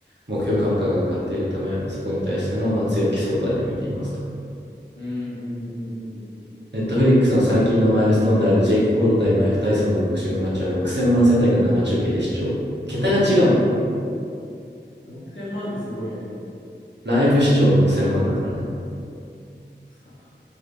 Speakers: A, on the right; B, on the left.
A: 目標株価が上がっているため、そこに対してのまあ強気相場で見ていますと。
B: うん、うん、うん、うん、うん。うん
A: ネットフェリックスの最近のマイルストーンであるジェイク・ポール対マイク・タイソンのボクシングマッチは6000万世帯が生中継で視聴。桁が違うもん。
B: 6000万ってすごいね。
A: ライブ視聴6000万だからね。
B: さ、